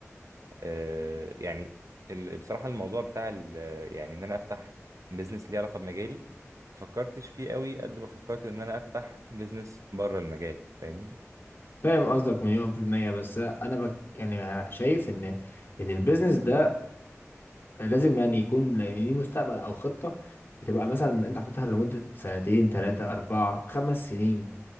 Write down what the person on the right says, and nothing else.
آه، يعني ال- بصراحة الموضوع بتاع ال- يعني إن أنا أفتح بيزنس ليه علاقة بمجالي ما فكرتش فيه قوي قد ما فكرت إن أنا أفتح بيزنس بره المجال فاهمني